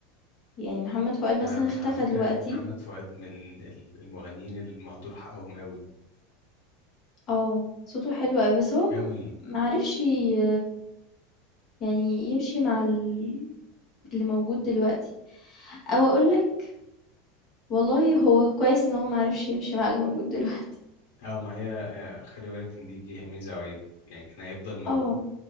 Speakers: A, on the left; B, on the left.
A: يعني محمد فؤاد مثلًا
B: انا أنا
A: اختفى
B: على فكره
A: دلوقتي
B: محمد فؤاد من ال- المغنيين المهدور حقهم قوي
A: آه، صوته حلو أوي، بس هو م
B: قوي
A: ما عرفش ي يعني يمشي مع ال اللي موجود دلوقتي، أو أقول لك والله هو كويس إن هو ما عرفش يمشي مع اللي موجود دلوقتي،
B: اه ما هي آه، خلي بالك ان دي دي هي ميزه وعيب يعني كان هيفضل موجود
A: آه.